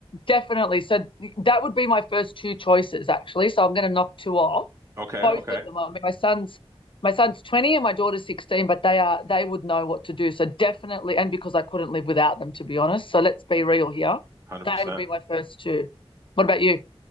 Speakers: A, on the left; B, on the right.
A: definitely said that would be my first two choices actually. So I'm going to knock two off.
B: Okay,
A: Both
B: okay,
A: of them. I mean, my son's my son's 20 and my daughter's 16, but they are they would know what to do. So definitely, and because I couldn't live without them, to be honest. So let's be real here.
B: 100%.
A: That would be my first two. What about you?